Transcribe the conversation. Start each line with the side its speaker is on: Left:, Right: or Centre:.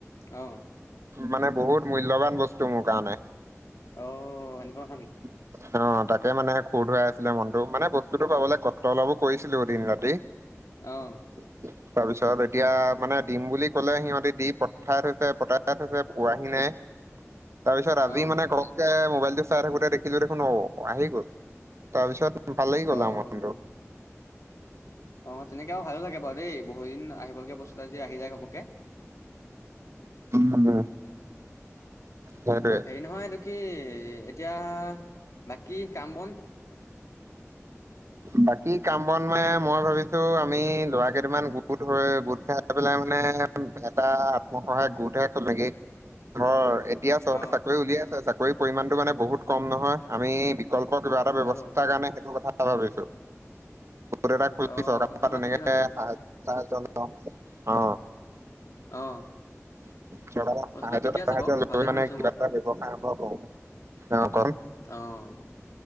Left: অ'।
Right: মানে বহুত মূল্যবান বস্তু মোৰ কাৰণে।
Left: অ' এনেকুৱা কথা নেকি।
Right: <inaudible> অ' তাকে মানে খুৰ ধুৱাই আছিলে মনতটো, মানে বস্তুতটো পাবলৈ কষ্ট অলপো কৰিছিলোঁ দিন ৰাতি।
Left: অ'।
Right: <inaudible> তাৰপিছত এতিয়া মানে দিম বুলি কলে সিহঁতি দি পঠাই থৈছে পঠাই থৈছে পোৱাহি নাই। <unintelligible> তাৰপিছত আজি
Left: অ
Right: মানে ঘৰকে মোবাইলটো চাই থাকোতে দেখিলো দেখোন অ' আহি গ'ল। তাৰপিছত ভাল লাগি গ'ল
Left: অ',
Right: আৰু মনটো।
Left: অ' তেনেকে আৰু ভাল লাগে বাৰু। দেই বহুত দিন আহিবলগা বস্তুটো আজি আহি যায় ঘপককে।
Right: উম, সেইটোৱে।
Left: এই নহয় এইটো কি, এতিয়া বাকী কাম বন?
Right: বাকী কাম বন মানে মই ভাবিছোঁ আমি ল'ৰা কেইটামান গোট হৈ, গোট খাই পেলাই মানে এটা আত্মসহায়ক গোটহে খোল নেকি। ধৰ, এতিয়া চৰকাৰে
Left: অ
Right: চাকৰি উলিয়াইছে চাকৰি পৰিমাণতটো মানে বহুত কম নহয়। আমি, বিকল্প কিবা এটা ব্যয়ৱস্থাৰ
Left: হয় বাৰু
Right: কাৰণে সেইটো কথা ভাবিছোঁ। এটা
Left: অ কথাটো
Right: <inaudible> তেনেকে
Left: বাৰু ঠিকে ভাবিছ
Right: লওঁ অ,
Left: অ।
Right: <inaudible> এটা
Left: কথাটো ঠিকে আছে
Right: ব্যৱসায়
Left: বাৰু ভালেই শুনিছো মই
Right: আৰম্ভ কৰোঁ। অ, <inaudible>
Left: অ,